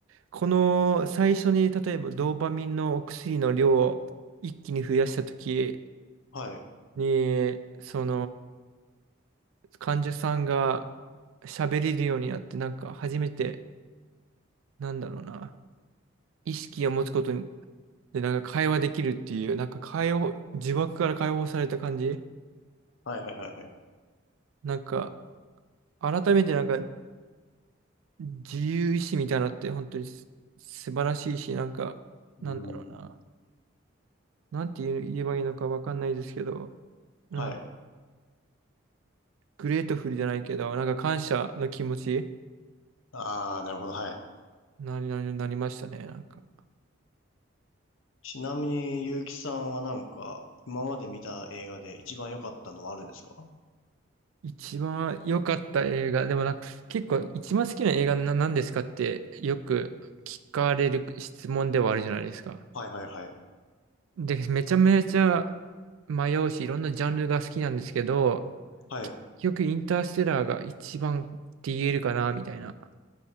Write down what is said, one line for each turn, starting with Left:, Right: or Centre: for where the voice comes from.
Right: この最初に例えばドーパミンのお薬の量を一気に増やした時
Left: はい。
Right: に、その患者さんが喋れるようになって、なんか初めて、なんだろうな、意識を持つことでなんか会話できるっていう、なんか解放、呪縛から解放された感じ
Left: はいはいはいはい。
Right: なんか改めてなんか自由意志みたいなのって本当にす素晴らしいし、なんか、なんだろうな。
Left: うん。
Right: なんて言え言えばいいのかわかんないですけど、
Left: はい。
Right: なんかグレートフルじゃないけど、なんか感謝の気持ち
Left: ああ、なるほど、はい。
Right: なになになりましたね。なんか、
Left: ちなみに、ゆうきさんはなんか、今まで見た映画で一番良かったのはあるんですか
Right: 一番良かった映画、でもなんか結構一番好きな映画な何ですかってよく聞かれる質問ではあるじゃないですか。
Left: はいはいはい。
Right: で、めちゃめちゃ迷うし、いろんなジャンルが好きなんですけど、
Left: はい。
Right: 結局インターステラーが一番って言えるかな、みたいな。